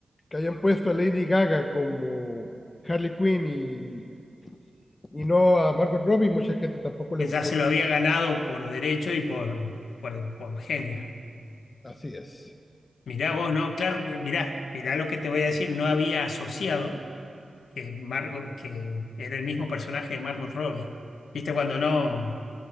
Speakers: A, on the left; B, on the left.
A: que hayan puesto a Lady Gaga como Harley Quinn y, y no a Margot Robbie, mucha gente tampoco le
B: que
A: gustó.
B: ya se lo había ganado por derecho y por, por, por genia.
A: Así es.
B: Mirá vos, ¿no? Claro, mirá, mirá lo que te voy a decir. No había asociado que, Margot, que era el mismo personaje de Margot Robbie. ¿Viste cuando no,